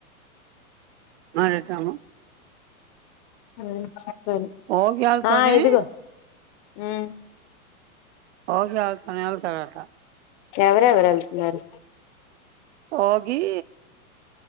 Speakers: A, on the right; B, on the left.
A: మరిఎంటము
B: ఆ సరే
A: ఓగియాలతోని
B: ఆ ఇదిగో. ఉమ్.
A: యోగి ఎవల్తోనో వెళ్తాడట.
B: ఎవరెవరు వెళ్తున్నారు.
A: వోగి.